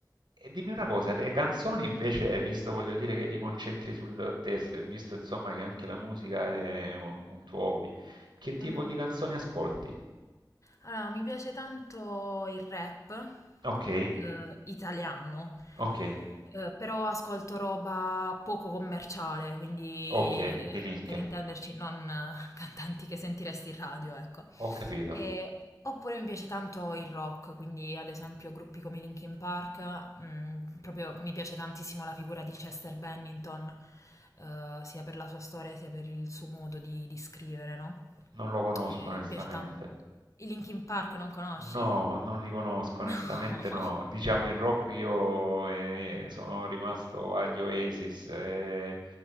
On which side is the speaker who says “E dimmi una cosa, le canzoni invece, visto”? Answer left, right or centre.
Right